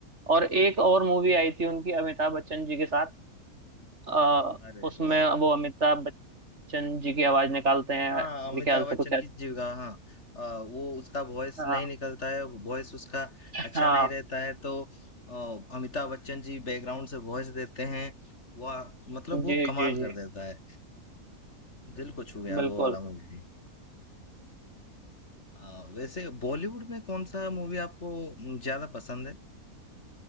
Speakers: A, on the right (about 50°); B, on the left (about 50°).
A: और एक और मूवी आई थी उनकी अमिताभ बच्चन जी के साथ आ,
B: अरे
A: उसमें
B: वाह
A: वो अमिताभ बच्चन जी की आवाज निकालते हैं
B: हाँ
A: मेरे
B: अमिताभ
A: ख्याल से
B: बच्चन
A: कुछ ऐसा-
B: की जीविका हाँ हाँ, अ, वो उसका वॉइस
A: हाँ
B: नहीं निकलता है वॉइस उसका
A: हाँ
B: अच्छा नहीं रहता है तो अ, अमिताभ बच्चन जी बैकग्राउंड से वॉइस देते हैं वह मतलब वो
A: जी
B: कमाल
A: जी
B: कर
A: जी
B: देता है दिल को छू गया
A: बिल्कुल
B: वो वाला मूवी भी अ, वैसे बॉलीवुड में कौन सा मूवी आपको म, ज्यादा पसंद है